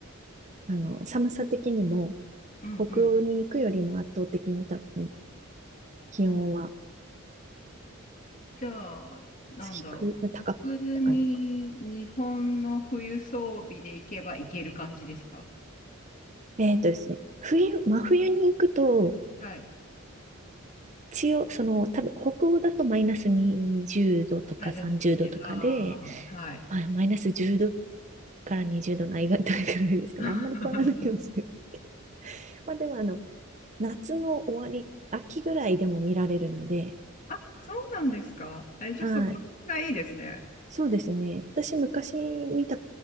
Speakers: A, on the right; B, on the left.
A: あの、寒さ的にも、
B: うん、
A: 北欧に行くよりも圧倒的に多分
B: うん。
A: 気温は、
B: じゃあ、なんだろう。
A: 低く、高く、
B: 普通に日本の冬装備で行けば行ける感じですか
A: 高いのか。えっとですね、冬、真冬に行くと、
B: はい。
A: 一応、その、多分、北欧だとマイナス20度とか30度とかで、
B: はい、ラズゲージ。ああ、はい。
A: まあ、マイナス10度から20度の間いぐらいですかね。
B: <laughs>
A: あんまり変わらないかもしれない。<laughs> まあ、でも、あの、夏の終わり、秋ぐらいでも見られるので、
B: あ、そうなんですかえ、じゃあそこがいいですね。
A: はい。そうですね。私、昔見た